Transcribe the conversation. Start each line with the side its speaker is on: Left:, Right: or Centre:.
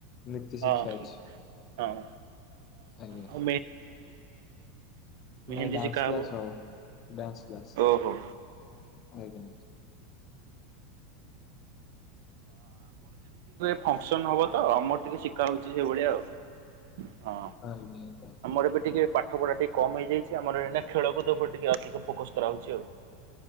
Left: ନୀତି ଶିକ୍ଷା
Right: ହଁ
Left: ଅଛି
Right: ହଁ
Left: ଆଜ୍ଞା
Right: ହଁ। ମେହେନ୍ଦୀ
Left: ନାଇଁ ଡ୍ୟାନ୍ସ
Right: ଶିଖାହବ।
Left: କ୍ଲାସ୍ ହବ ଡ୍ୟାନ୍ସ କ୍ଲାସ୍
Right: ହୁଁ ହୁଁ।
Left: ଆଜ୍ଞା ହଁ
Right: ଫଙ୍କସନ ହବ ତ ଆମର ଟିକେ ଶିଖା ହଉଛି ସେଇଭଳିଆ ଆଉ। ହଁ
Left: ଆଜ୍ଞା
Right: ଆମର ବି ଟିକେ ପା ପାଠ ପଢା ଟିକେ କମ୍ ହେଇଯାଇଛି। ଆମର ଏଇନେ ଖେଳକୁଦ ଉପରେ ଟିକ ଅଧିକ ଫୋକସ୍ କରାହଉଛି ଆଉ।